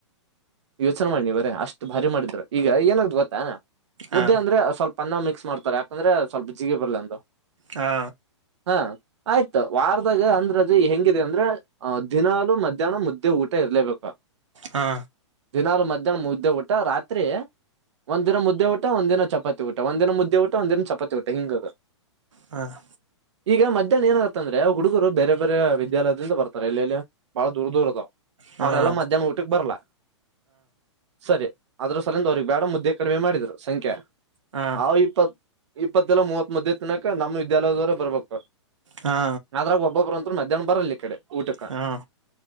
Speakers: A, on the right; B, on the right.
A: ಯೋಚನೆ ಮಾಡ ನೀವರ ಅಷ್ಟು ಭಾರಿ ಮಾಡಿದ್ರು ಈಗ ಏನಾಗು ಗೊತ್ತಾ ಮುದ್ದೆ
B: ಹಾ
A: ಅಂದ್ರೆ ಸ್ವಲ್ಪ ಅನ್ನ ಮಿಕ್ಸ್ ಮಾಡ್ತಾರೆ ಯಾಕಂದ್ರೆ ಸ್ವಲ್ಪ ಚಿಗೆ ಬಾಲಂತ <unintelligible>
B: ಹಾ
A: ಹಾ ಆಯ್ತ ವಾರದಾಗ ಅಂದ್ರದು ಹೆಂಗಿದೆ ಅಂದ್ರೆ ಅ ದಿನಲು ಮಧ್ಯಾಹ್ನ ಮುದ್ದೆ ಊಟ ಇರ್ಲೇಬೇಕು <unintelligible>
B: ಹಾ
A: ದಿನಾರ ಮಜೆ <unintelligible> ಮುದ್ದೆ ಊಟ ರಾತ್ರಿ ಒಂದ ದಿನ ಮುದ್ದೆ ಊಟ ಒಂದ ದಿನ ಚಪಾತಿ ಊಟ ಒಂದಿನ ಮುದ್ದೆ ಊಟ ಒಂದಿನ ಚಪಾತಿ ಊಟ ಹಿಂಗದ
B: ಹ <unintelligible>
A: ಈಗ ಮಧ್ಯ <unintelligible> ಏನತ್ತ ಅಂದ್ರೆ ಹುಡುಗರು ಬರೆ ಬೇರೆ ವಿದ್ಯಾಲಯದಿಂದ ಬತಾರೆ <unintelligible> ರ ಎಲ್ಲಲ್ಲಿ ಬಹಳ ದೂರ ದೂರ ಅದಾವ
B: ಹಾ
A: ಅವ್ರೆಲ್ಲ
B: ಹಾ
A: ಮಧ್ಯಾಹ್ನ ಊಟಕ್ ಬರಲಾ <unintelligible> ಸರಿ ಅದ್ರ ಸಲಂದ ಅವ್ರಗ್ ಬೇಡ ಮುದ್ದೆ ಕಡಿಮೆ ಮಾಡಿದ್ರು ಸಂಖ್ಯೆ
B: ಹಾ
A: ಹ ಇಪ್ಪತು ಇಪ್ಪತ್ತಲ್ಲಾ ಮೂವತ್ ಮಧ್ಯದ ತನಕ ನಮ್ಮ ವಿದ್ಯಾಲಯದವರೇ ಬರ್ಬೇಕು
B: ಹಾ
A: ಆದದ್ರಾಗ ಒಬ್ಬೊಬ್ಬರುಂತ <unintelligible> ಮಧ್ಯಾಹ್ನ ಬರಲ ಈ ಕಡೆ ಊಟಕ
B: ಹಾ